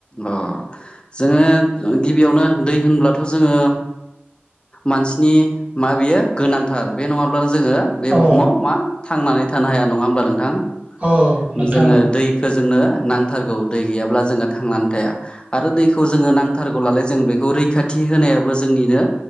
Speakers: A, on the left; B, on the right.
A: अ जोङो गिबियावनो दै होनब्लाथ' जोङो। मानसिनि मा बेयो गोनांथार बे नङाब्ला जोङो बे
B: औ
A: बुहुमाव मा थांनानै थानो हाया नङा होमब्ला नोंथां।
B: औ नोंथां
A: जोङो
B: औ
A: दैखौ जोंनो नांथारगौ दै गैयाब्ला जोङो थांनानै थाया आरो दैखौ जोङो नांथारनालाय जों बेखौ रैखाथि होनायाबो जोंनिनो